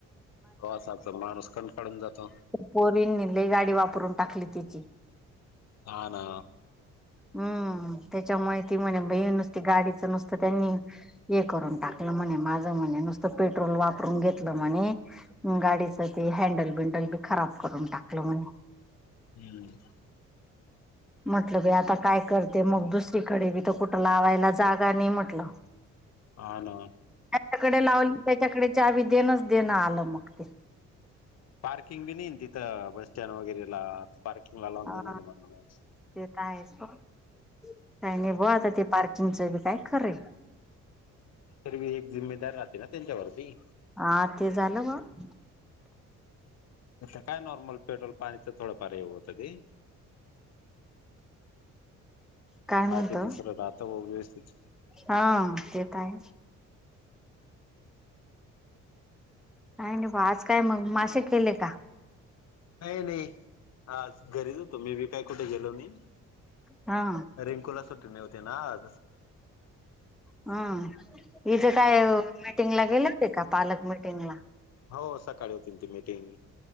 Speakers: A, on the left; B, in the centre.
A: हो असच माणूसकण काढून जातो
B: पोरीन निली गाडी वापरून टाकली तिची
A: ह ना
B: हम्म त्याच्यामुळे त म्हणे बे नुसती गाडीचं नुसतं त्यांनी हे करून टाकलं म्हणे माझं म्हणे नुसतं पेट्रोल वापरून घेतलं म्हणे गाडीच ते हँडल बिंडल बी खराब करून टाकलं म्हणे
A: ह
B: म्हटलं ब आता काय करते मग दुसरीकडे बी तर कुठला लावायला जागा नाही म्हटलं
A: ह ना
B: त्याच्याकडे लावली त्याच्याकडे चहा बी देणच देणं आलं मग ते
A: पार्किंग बी नाही तिथं बस स्टँड वगैरेला पार्किंग लावून
B: हा
A: देणार आहे म्हण
B: ते तर आहेच प काही नाही ब आता ते पार्किंगच बी काय खरंे
A: तर मी एक जिम्मेदार राहते ना त्यांच्यावरती
B: हा ते झालं ग
A: काय नॉर्मल पेट्रोल पाणीचं थोडं फार हे होतं ते
B: काय म्हणतो
A: बाकी दुसरं राात व व्यवस्थित
B: हा ते तरय का नाही बा आज काय मग मासेे केले का
A: का नाही आा घरीच होतो मी बी काय कुठे गेलो नाही
B: हा
A: रिंकूला सुट न होते ना आ
B: हम इथे काय मिीटिंगला गेले हो ते का पालक मिीटिंगला
A: हो सकाळी होतील ती मीटिंग